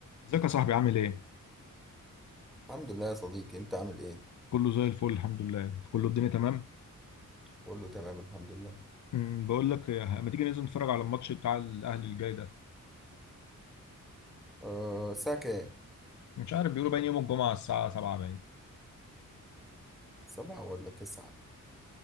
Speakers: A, on the left; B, in the centre.
A: ازيك يا صاحبي عامل ايه؟
B: الحمد لله يا صديقي انت عامل ايه
A: كله زي الفل الحمد لله، كله الدنيا تمام؟
B: قول له تمام الحمد لله
A: امم، بقول لك إيه، ما تيجي ننزل نتفرج على الماتش بتاع الاهلي الجاي ده،
B: أه الساعة كام
A: مش عارف بيقولوا باين يوم الجمعة الساعة 7 باين،
B: سبعة ولا تسعة